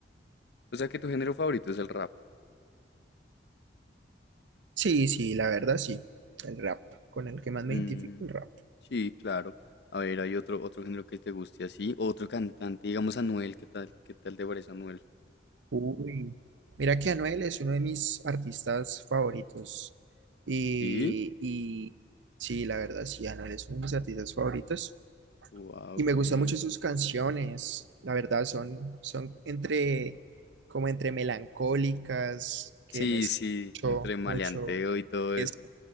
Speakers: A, on the left; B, on the right.
A: o sea que tu género favorito es el rap.
B: Sí, sí, la verdad sí. El rap, con el que más me
A: Mm,
B: identifico, el rap.
A: sí, claro. A ver, hay otro, otro género que te guste así. Otro cantante, digamos Anuel, ¿qué tal? ¿Qué tal te parece Anuel?
B: Uy, mira que Anuel es uno de mis artistas favoritos. Y,
A: Sí.
B: y sí, la verdad sí, Anuel es uno de mis artistas favoritos.
A: Wow,
B: Y me
A: qué
B: gustan
A: bien.
B: mucho sus canciones, la verdad, son, son entre, como entre melancólicas, que
A: Sí,
B: mezcla
A: sí,
B: mucho,
A: entre maleanteo
B: mucho,
A: y todo eso.
B: es-